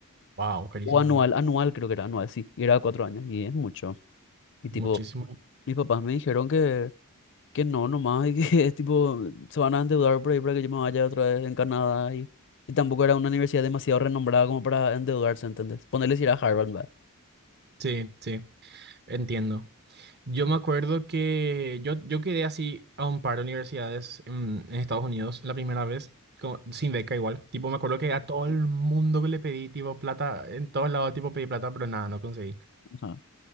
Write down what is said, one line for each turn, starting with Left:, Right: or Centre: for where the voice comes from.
Right: Wow, carísimo.
Left: o anual,
Right: ¿no?
Left: anual creo que era anual, sí, y era cuatro años y es mucho. Y tipo,
Right: Muchísimo.
Left: mis papás me dijeron que... Que no, nomás, <laughs> y que es tipo, se van a endeudar por ahí para que yo me vaya otra vez en Canadá y, y tampoco era una universidad demasiado renombrada como para endeudarse, ¿entendés? Ponerles ir a Harvard, ¿verdad?
Right: Sí, sí, entiendo. Yo me acuerdo que yo, yo quedé así a un par de universidades en, en Estados Unidos la primera vez, con- sin beca igual. Tipo, me acuerdo que a todo el mundo que le pedí, tipo, plata, en todos lados, tipo, pedí plata, pero nada, no conseguí.
Left: Ajá.